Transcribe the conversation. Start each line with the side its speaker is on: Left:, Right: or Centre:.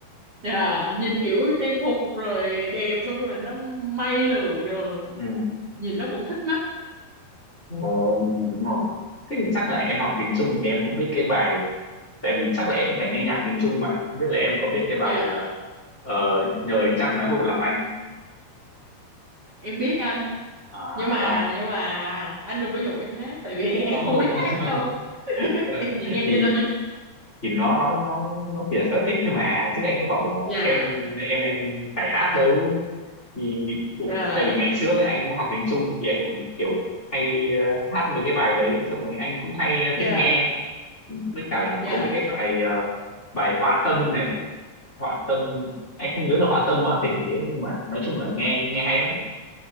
Right: dạ nhìn kiểu trang phục rồi đẹp xong rồi nó may lượn rồi
Left: ừ.
Right: nhìn nó cũng thích mắt
Left: Ồ, đúng rồi thế thì chắc là em học tiếng Trung thì em cũng biết cái bài tại vì chắc là em phải nghe nhạc tiếng Trung mà không biết là em có biết cái bài
Right: dạ
Left: ờ, ờ, nhờ ánh trăng nói hộ lòng anh
Right: em biết anh
Left: à
Right: nhưng mà nhưng mà anh đừng có dụ em hát tại vì <laughs> em
Left: có không,
Right: không biết hát
Left: không.
Right: đâu <laughs>
Left: <laughs>
Right: em chỉ nghe
Left: thì
Right: thôi
Left: thì nó nó nó nó chỉ là sở thích thôi mà chứ anh có bảo là
Right: dạ
Left: em em em phải hát đâu thì
Right: dạ
Left: tại vì ngày trước ấy, anh cũng học tiếng Trung thì anh cũng kiểu hay ờ, hát mấy cái bài đấy xong rồi anh cũng hay ờ,
Right: dạ
Left: thích nghe với cả là
Right: dạ
Left: có mấy cái bài ờ, bài họa tâm này họa tâm anh không nhớ là họa tâm họa tình thế nhưng mà nói chung là nghe nghe hay lắm